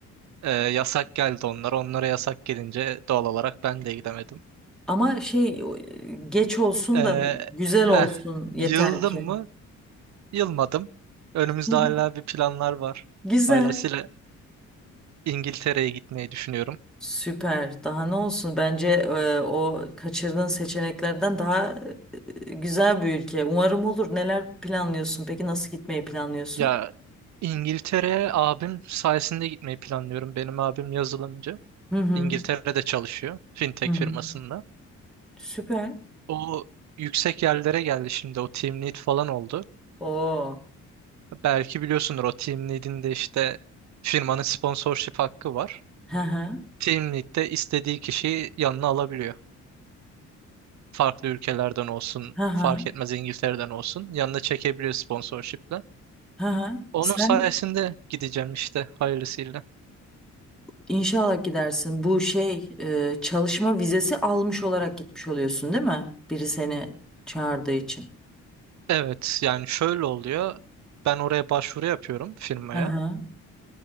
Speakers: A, on the right; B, in the centre.
A: e, yasak geldi onlar. Onlara yasak gelince doğal olarak ben de gidemedim.
B: Ama şey o, e, geç olsun
A: E,
B: da güzel
A: heh,
B: olsun yeter
A: yıldım
B: ki.
A: mı? Yılmadım. Önümüzde
B: <laughs>
A: hala bir planlar var.
B: Güzel.
A: Hayırlısıyla İngiltere'ye gitmeyi düşünüyorum.
B: Süper. Daha ne olsun? Bence e, o kaçırdığın seçeneklerden daha e, güzel bir ülke. Umarım olur. Neler planlıyorsun? Peki nasıl gitmeyi planlıyorsun?
A: Ya İngiltere'ye abim sayesinde gitmeyi planlıyorum. Benim abim yazılımcı.
B: Hı hı.
A: İngiltere'de çalışıyor. Fintech
B: Hı hı.
A: firmasında.
B: Süper.
A: O yüksek yerlere geldi şimdi. O team lead falan oldu.
B: Oo.
A: Belki biliyorsundur o team lead'in de işte firmanın sponsorship hakkı var.
B: Hı hı.
A: Team lead de istediği kişiyi yanına alabiliyor. farklı ülkelerden olsun,
B: Hı hı.
A: fark etmez İngiltere'den olsun yanına çekebiliyor sponsorship'le.
B: Hı hı.
A: Onun
B: Sen
A: sayesinde gideceğim işte hayırlısıyla.
B: İnşallah gidersin. Bu şey e, çalışma vizesi almış olarak gitmiş oluyorsun, değil mi? Biri seni çağırdığı için.
A: Evet yani şöyle oluyor. Ben oraya başvuru yapıyorum firmaya.
B: Hı hı.